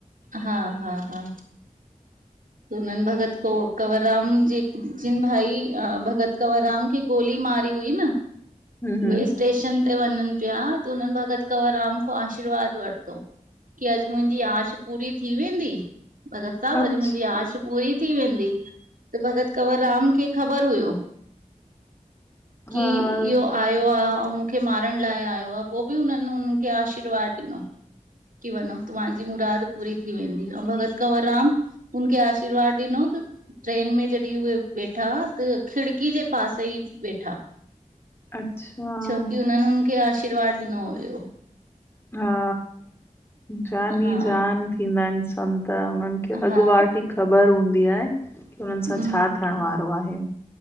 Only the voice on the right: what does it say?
हा हा हा हुनन भॻत क कंवरराम जे जिन भाई अ भगत कंवरराम खे गोली मारी हुई न
उहे टेशन ते वञन पिया त उनन भगत कंवरराम खां आशीर्वाद वरतो की अजु मुंहिंजी आश पूरी थी वेंदी भगत साहिब
अजु मुंहिंजी आश पूरी थी वेंदी त भॻत कंवर राम खे ख़बर हुयो की
इहो आयो लआ अऊं मूंखे मारण लाए आयो आ पो भी उनन हुनन खे आशीर्वाद ॾिनो की वञो तवां जी मुराद पूरी थी वेंदी अऊं भगत कंवरराम हुनखे आशीर्वाद ॾिनो त। ट्रेन में जॾहिं उहे वेठा त खिड़की जे पासे ई वेठा।
छोकी हुननि हुन खे आशीर्वाद ॾिनो हुयो।
हा
हा
हम्म,